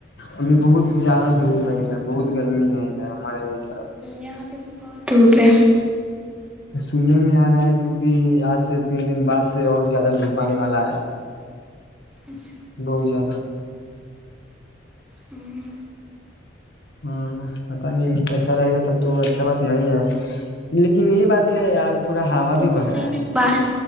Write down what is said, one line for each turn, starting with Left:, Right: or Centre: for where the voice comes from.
Left: ابھی بہت زیادہ دھوپ ہے ادھر بہت گرمی ہے ادھر ہمارے اس طرف
Centre: یہاں پہ تو بہت دھوپ ہے
Left: سننے میں آ رہا ہے کیونکہ آج سے تین دن بعد سے اور زیادہ دھوپ آنے والا ہے
Centre: اچھا
Left: بہت زیادہ
Centre: ہمم
Left: ہاں پتا نہیں ایسا رہے گا تب تو اچھا بات نہیں ہے لیکن یہ بات ہے آج تھوڑا ہوا
Centre: اب تو
Left: بھی بڑھ
Centre: کوئی
Left: رہا ہے
Centre: باہر